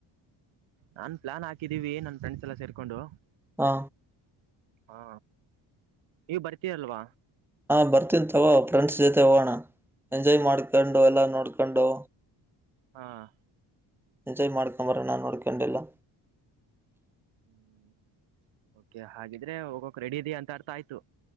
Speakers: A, on the right; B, in the centre.
A: ನಾನ್ ಪ್ಲಾನ್ ಹಾಕಿದೀವಿ ನನ್ ಫ್ರೆಂಡ್ಸ್ ಎಲ್ಲ ಸೇರ್ಕೊಂಡು.
B: ಹಾ
A: ಹಾ ನೀವ ಬರ್ತೀಲ್ವಾ.
B: ಹಾ ಬರ್ತೀನಿ ತಗೋ ಫ್ರೆಂಡ್ಸ್ ಜೊತೆ ಹೋಗೋಣ!. ಎಂಜಾಯ್ ಮಾಡ್ಕೊಂಡು ಎಲ್ಲಾ ನೋಡ್ಕೊಂಡು.
A: ಹಾ ಹಾ...
B: ಎಂಜಾಯ್ ಮಾಡ್ಕೊಂಡ್ ಬರೋಣ ನೋಡ್ಕೊಂಡ್ ಎಲ್ಲಾ..
A: ಹ್ಮ್ ಓಕೆ ಹಾಗಿದ್ರೆ ಹೋಗಕ್ ರೆಡಿ ಇದೀಯ ಅಂತ ಅರ್ಥ ಆಯ್ತು.